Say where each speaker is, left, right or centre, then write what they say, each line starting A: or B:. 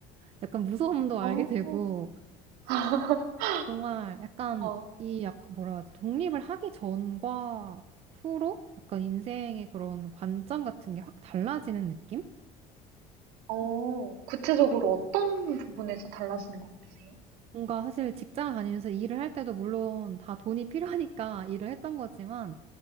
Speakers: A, on the right; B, on the right.
A: 약간 무서움도 알게
B: 어,
A: 되고,
B: <laughs>
A: 정말 약간
B: 와.
A: 이 약 뭐라 하지 독립을 하기 전과 후로 약간 인생의 그런 관점 같은 게 확 달라지는 느낌?
B: 어, 구체적으로 어떤 부분에서 달라지는 것 같으세요?
A: 뭔가 사실 직장 다니면서 일을 할 때도 물론 다 돈이 필요하니까 <laughs> 일을 했던 거지만